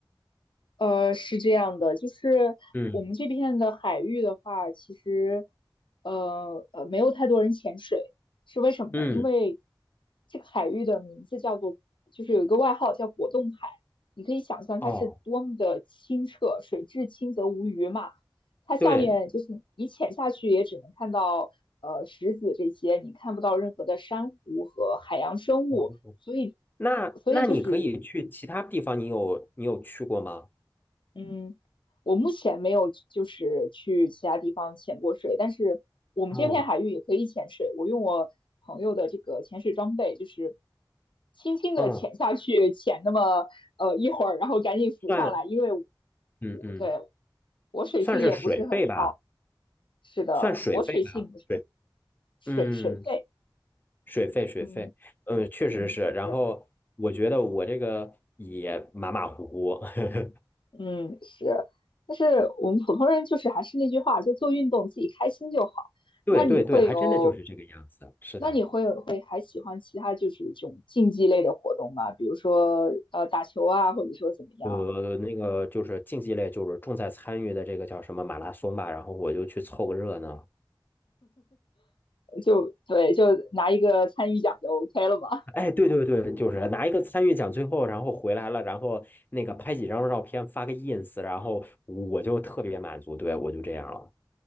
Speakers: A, on the left (about 75°); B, on the left (about 25°).
A: 呃，是这样的，就是我们这片的海域的话，
B: 嗯
A: 其实，呃呃，没有太多人潜水，是为什么呢？
B: 嗯，
A: 因为这个海域的名字叫做，就是有一个外号叫果冻海，你可以想象它是多么的清澈，
B: 哦，
A: 水至清则无鱼嘛。它下面就是你潜下去也只能看到呃石子这些，
B: 对，
A: 你看不到任何的珊瑚和海洋生物，
B: 我
A: 所以
B: 那那你可以去其他地方，
A: 所以就是
B: 你有你有去过吗？
A: 嗯，我目前没有就是去其他地方潜过水，但是我们这片海域也可以潜水。
B: 哦，
A: 我用我朋友的这个潜水装备，就是轻轻的潜下去，
B: 嗯，
A: 潜那么呃一会儿，然后赶紧浮上来，
B: 算，
A: 因为
B: 嗯嗯，
A: 我对我水性也不是很好。
B: 算是水费吧，
A: 是的，
B: 算水费吧。
A: 我水性不是很
B: 对，
A: 水水肺，
B: 嗯，水费水费，
A: 嗯。
B: 嗯，确实是。
A: 嗯，
B: 然后我觉得我这个也马马虎虎，
A: 是。
B: <laughs>
A: 嗯，是，但是我们普通人就是还是那句话，就做运动自己开心就好。
B: 对对对，
A: 那你会有，
B: 还真的就是这个样子。是的，
A: 那你会有会还喜欢其他就是这种竞技类的活动吗？比如说呃打球啊，或者说怎么样？
B: 呃，那个就是竞技类，就是重在参与的这个叫什么马拉松吧，然后我就去凑个热闹。
A: 就对，就拿一个参与奖就 OK 了嘛。
B: 哎，对对对，就是拿一个参与奖，最后然后回来了，然后那个拍几张照片发个 ins，然后我就特别满足，对，我就这样了。